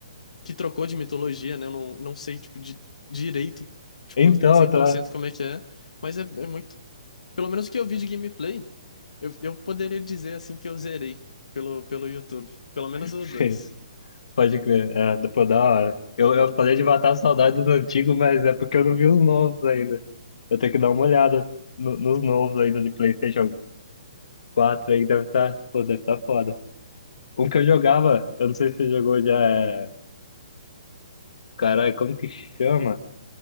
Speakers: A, on the left (about 85°); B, on the left (about 65°).
A: que trocou de mitologia, né? Eu não, não sei, tipo, de, direito, tipo,
B: Então,
A: cem por
B: tá.
A: cento como é que é. Mas é, é muito. Pelo menos o que eu vi de gameplay, eu, eu poderia dizer assim que eu zerei pelo, pelo YouTube. Pelo menos
B: <laughs>
A: o 2.
B: Pode crer. É, depois da hora. Eu, eu falei de matar a saudade dos antigos, mas é porque eu não vi os novos ainda. Eu tenho que dar uma olhada no- nos novos ainda de PlayStation quatro aí, deve estar, pô, deve estar foda. Um que eu jogava, eu não sei se você jogou já, é... Caralho, como que chama?